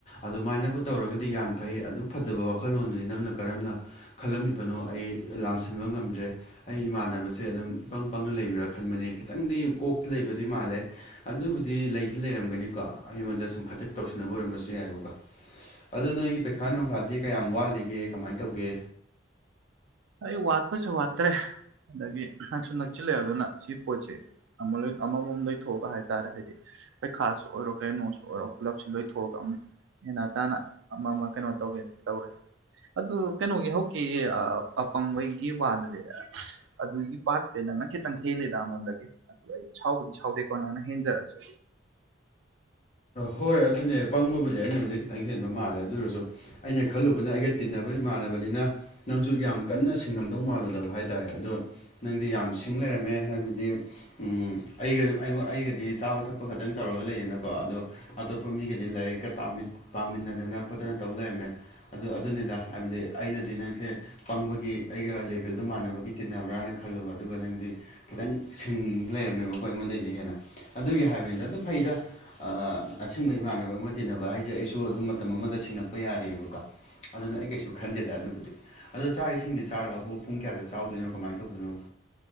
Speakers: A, on the left; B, on the right.
A: ꯑꯗꯨꯃꯥꯏꯅꯕꯨ ꯇꯧꯔꯒꯗꯤ ꯌꯥꯝ ꯐꯩ ꯑꯗꯨ ꯐꯖꯕ ꯋꯥꯈꯜꯂꯣꯟꯗꯨꯗꯤ ꯅꯪꯅ ꯀꯔꯝꯅ ꯈꯜꯂꯝꯃꯤꯕꯅꯣ ꯑꯩ ꯂꯥꯝꯁꯤꯟꯕ ꯉꯝꯗ꯭ꯔꯦ ꯑꯩ ꯏꯃꯥꯟꯅꯕꯁꯦ ꯑꯗꯨꯝ ꯏꯄꯪ ꯄꯪꯅ ꯂꯩꯕꯤꯨꯔꯥ ꯈꯟꯕꯅꯦ ꯈꯤꯇꯪꯗꯤ ꯀꯣꯛꯇ ꯂꯩꯕꯗꯤ ꯃꯥꯜꯂꯦ ꯑꯗꯨꯕꯨꯗꯤ ꯂꯩꯗꯤ ꯂꯩꯔꯝꯒꯅꯤꯀꯣ ꯑꯩꯉꯣꯟꯗ ꯁꯨꯝ ꯈꯇꯛ ꯇꯧꯁꯤꯟꯅꯕ ꯑꯣꯏꯔꯝꯕꯁꯨ ꯌꯥꯏꯕꯀꯣ ꯑꯗꯣ ꯅꯣꯏꯒꯤ ꯄꯩꯈꯥ ꯅꯨꯡꯈꯥꯗꯤ ꯀꯌꯥꯝ ꯋꯥꯠꯂꯤꯒꯦ ꯀꯃꯥꯏꯅ ꯇꯧꯒꯦ
B: ꯑꯩ ꯋꯥꯠꯄꯁꯨ ꯋꯥꯠꯇ꯭ꯔꯦ ꯑꯗꯒꯤ ꯅꯛꯁꯨ ꯅꯛꯆꯤꯜꯂꯛꯑꯦ ꯑꯗꯨꯅ ꯁꯤ ꯄꯣꯠꯁꯤ ꯑꯃꯣꯏ ꯑꯃꯃꯝꯗꯣꯏ ꯊꯣꯛꯑꯒ ꯍꯥꯏꯇꯥꯔꯦ ꯍꯥꯏꯗꯤ ꯄꯩꯈꯥꯁꯨ ꯑꯣꯏꯔꯣ ꯀꯩꯅꯣꯁꯨ ꯑꯣꯏꯔꯣ ꯄꯨꯂꯞꯁꯤ ꯂꯣꯏ ꯊꯣꯛꯑꯒ ꯑꯃꯨꯛ ꯑꯦꯅꯥ ꯇꯥꯅ ꯑꯃ ꯑꯃ ꯀꯩꯅꯣ ꯇꯧꯒꯦ ꯇꯧꯔꯦ ꯑꯗꯨ ꯀꯩꯅꯣꯒꯤ ꯍꯧꯀꯤ ꯑꯄꯪꯕꯩꯒꯤ ꯋꯥꯗꯨꯗꯤ ꯑꯗꯨꯒꯤ ꯄꯥꯠ ꯅꯪꯅ ꯈꯤꯇꯪ ꯍꯦꯜꯂꯤꯦꯗ ꯑꯩꯉꯣꯟꯗꯒꯤ ꯑꯗꯨꯣ ꯑꯩ ꯁꯥꯎꯕꯗꯤ ꯁꯥꯎꯗꯦꯀꯣ ꯅꯪꯅ ꯍꯦꯟꯖꯔꯁꯨ
A: ꯍꯣꯏ ꯑꯗꯨꯅꯦ ꯄꯪꯕꯕꯨꯗꯤ ꯑꯩꯅꯕꯨꯗꯤ ꯈꯤꯇꯪ ꯍꯦꯟꯕ ꯃꯥꯜꯂꯦ ꯑꯗꯨꯔꯁꯨ ꯑꯩꯅ ꯈꯜꯂꯨꯕꯅ ꯑꯩꯒ ꯇꯤꯟꯅꯕ ꯏꯃꯥꯟꯅꯕꯅꯤꯅ ꯅꯪꯁꯨ ꯌꯥꯝ ꯀꯟꯅ ꯁꯤꯡꯉꯝꯗꯧ ꯃꯥꯜꯂꯨꯗꯕ ꯍꯥꯏ ꯇꯥꯔꯦ ꯑꯗꯣ ꯅꯪꯗꯤ ꯌꯥꯝ ꯁꯤꯡ ꯂꯩꯔꯝꯃꯦ ꯍꯥꯏꯕꯗꯤ ꯎꯝ ꯑꯩꯒ ꯑꯩꯒꯗꯤ ꯆꯥꯕ ꯊꯛꯄ ꯈꯛꯇꯪ ꯇꯧꯔꯒ ꯂꯩꯌꯦꯅ ꯀꯣ ꯑꯗꯣ ꯑꯇꯣꯞꯄ ꯃꯤꯒꯗꯤ ꯂꯥꯏꯔꯤꯛꯀ ꯄꯥꯃꯤꯟꯅꯗꯅ ꯈꯣꯠꯇꯅ ꯇꯧ ꯂꯩꯔꯝꯃꯦ ꯑꯗꯨ ꯑꯗꯨꯅꯤꯗ ꯍꯥꯏꯕꯗꯤ ꯑꯩꯅꯗꯤ ꯅꯪꯁꯦ ꯄꯪꯕꯒꯤ ꯑꯩꯒ ꯂꯦꯕꯦꯜꯗꯨ ꯃꯥꯟꯅꯕꯒꯤ ꯇꯤꯟꯅꯕ꯭ꯔꯥꯅ ꯈꯜꯂꯨꯕ ꯑꯗꯨꯒ ꯅꯪꯗꯤ ꯈꯤꯇꯪ ꯁꯤꯡ ꯂꯩꯔꯝꯃꯦꯕꯀꯣ ꯑꯩꯉꯣꯟꯗꯩꯗꯤ ꯍꯦꯟꯅ ꯑꯗꯨꯒꯤ ꯍꯥꯏꯕꯅꯤꯅ ꯑꯗꯨ ꯐꯩꯗ ꯑꯁꯕ ꯏꯃꯥꯟꯅꯕ ꯑꯃ ꯇꯤꯟꯅꯕ ꯍꯥꯏꯁꯦ ꯑꯩꯁꯨ ꯑꯗꯨꯝ ꯃꯇꯝ ꯑꯃꯗ ꯁꯤꯡꯉꯛꯄ ꯌꯥꯔꯤꯑꯕꯀꯣ ꯑꯗꯨꯅ ꯑꯩ ꯀꯩꯁꯨ ꯈꯟꯗꯦꯗ ꯑꯗꯨꯕꯨꯗꯤ ꯑꯗꯣ ꯆꯥꯛ ꯏꯁꯤꯡꯗꯤ ꯆꯥꯔꯛꯑꯕꯣ ꯄꯨꯡ ꯀꯌꯥꯗ ꯆꯥꯎꯗꯣꯏꯅꯣ ꯀꯃꯥꯏꯅ ꯇꯧꯕꯅꯣ